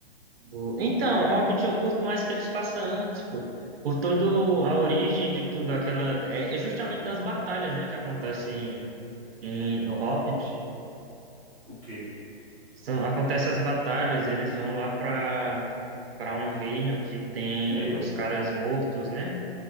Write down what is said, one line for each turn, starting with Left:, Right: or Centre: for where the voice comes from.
Right: Bo- Então, Hobbit eu curto mais que eles passam antes, pô, por toda a origem de tudo, aquela, é, é justamente das batalhas, né, que acontecem em- no Hobbit,
Centre: O quê?
Right: São, acontece as batalhas, eles vão lá para para um reino que tem
Centre: Dale.
Right: uns caras mortos, né?